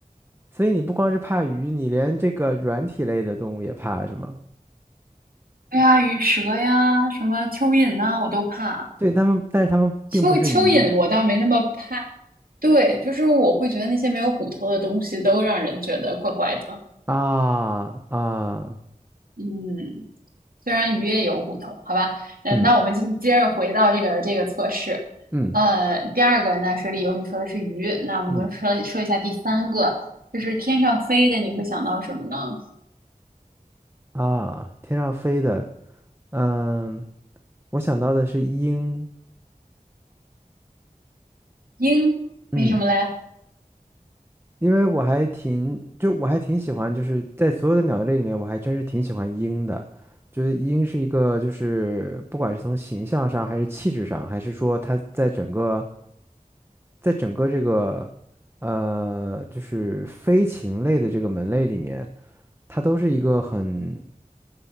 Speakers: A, on the right; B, on the right.
A: 所以你不光是怕鱼，你连这个软体类的动物也怕，是吗？
B: 哎呀，鱼蛇呀，什么蚯蚓呐、我都怕。
A: 对，他们，但是他们并不是鱼
B: 蚯蚯蚓我倒没那么怕，对，就是我会觉得那些没有骨头的东西都让人觉得怪怪的。
A: 啊啊，
B: 嗯，虽然鱼也有骨头，好吧，嗯，
A: 嗯
B: 那我们就接着回到这个这个测试，
A: 嗯
B: 呃，第二个那水里游，你说的是鱼，那我们说说一下第三个，
A: 嗯。
B: 就是天上飞的，你会想到什么呢？
A: 啊，天上飞的，嗯，我想到的是鹰，
B: 鹰，
A: 嗯，
B: 为什么嘞？
A: 因为我还挺，就我还挺喜欢，就是在所有的鸟类里面，我还真是挺喜欢鹰的，觉得鹰是一个，就是不管是从形象上，还是气质上，还是说它在整个，在整个这个，呃，就是飞禽类的这个门类里面，它都是一个很，